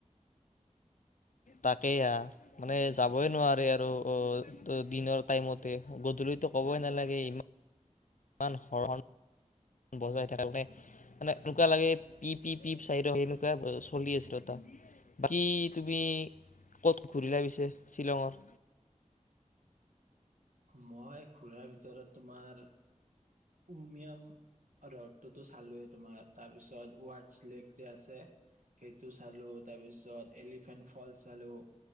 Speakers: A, on the left (about 85°); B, on the right (about 85°).
A: তাকেই আহ। মানে যাবই নোৱাৰে আৰু অ' দিনৰ টাইমতে গধূলিটো ক'বই নালাগে ইমান ই হৰ বজাই থাকোনে এনেকুৱা লাগে পি-পি-পি চাইড সনেকুৱাই চলি আছিল ত কি তুমি ক'ত ঘূৰিল পিছে শ্বিলঙৰ?
B: মই ঘুৰাৰ ভিতৰত তোমাৰ উমিয়াম ৰদটোতো চালোয়ে তোমাৰ, তাৰপিছত ৱডছ লেক যে আছে? সেইটো চালো তাৰপিছত তাৰছত এলিফেন্ট ফলচ চালোঁ।